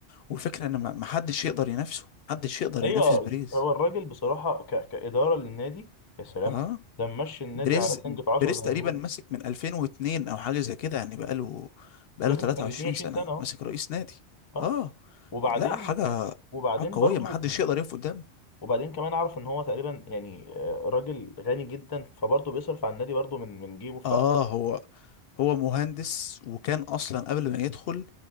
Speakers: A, on the left; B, on the left.
A: والفكرة ان ما ما حدش يقدر ينافسه ما حدش يقدر
B: ايوه
A: ينافس بريز
B: هو الراجل بصراحه ك... كاداره للنادي يا سلام
A: اه
B: ده ممشي النادي
A: بريز
B: على سنجة 10
A: بريز
B: زي
A: تقريبا
B: ما بيقولوا
A: ماسك من 2002 او حاجة زي كده يعني بقاله بقاله
B: داخل
A: 23
B: في ال 22
A: سنة
B: سنة اهو
A: ماسك رئيس نادي
B: ها
A: اه
B: وبعدين
A: لا حاجة
B: وبعدين
A: حاجة قوية
B: برضو
A: ما حدش يقدر يقف قدامه
B: وبعدين كمان اعرف ان هو تقريبا يعني آه، راجل غني جدا فبرضه بيصرف على النادي برضه من من جيبه ف
A: اه هو هو مهندس وكان اصلا قبل ما يدخل